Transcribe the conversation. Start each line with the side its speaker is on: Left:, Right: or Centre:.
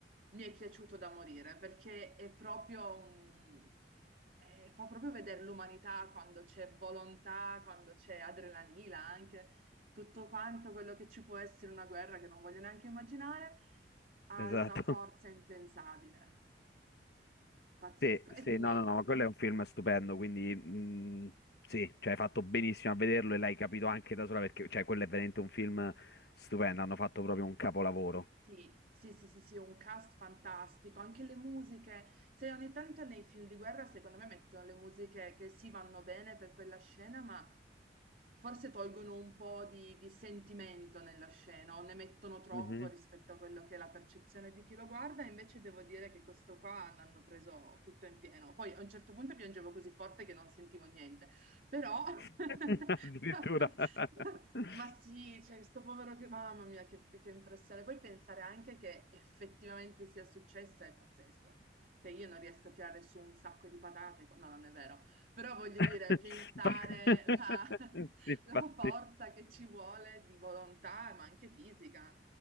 Right: mi è piaciuto da morire perché è proprio un... eh, fa proprio vedere l'umanità quando c'è volontà, quando c'è adrenalina, anche tutto quanto quello che ci può essere in una guerra che non voglio neanche immaginare, ha
Left: Esatto.
Right: una forza
Left: <laughs>
Right: impensabile, pazzesco.
Left: Sì, sì,
Right: E quindi...
Left: no, no, no, ma quello è un film stupendo, quindi mm, sì, cioè hai fatto benissimo a vederlo e l'hai capito anche da sola perché cioè, quello è veramente un film stupendo, hanno fatto proprio un capolavoro.
Right: Sì, sì, sì, sì, sì, un cast fantastico, anche le musiche, se ogni tanto nei film di guerra secondo me mettono le musiche che sì vanno bene per quella scena, ma forse tolgono un po' di, di sentimento nella scena o ne mettono troppo
Left: Mhm.
Right: rispetto a quello che è la percezione di chi lo guarda, invece devo dire che questo qua l'hanno preso tutto in pieno. Poi a un certo punto piangevo così forte che non sentivo niente. Però,
Left: <laughs>
Right: <laughs>
Left: Addirittura. <laughs>
Right: ma sì, cioè, questo povero che, mamma mia, che, che impressione. Poi pensare anche che effettivamente sia successo è pazzesco. Cioè, io non riesco a tirare su un sacco di patate, qua- no, non è vero, però voglio
Left: <laughs>
Right: dire, pensare la, <laughs>
Left: Sì, Infatti,
Right: la forza che ci vuole di volontà, ma anche fisica,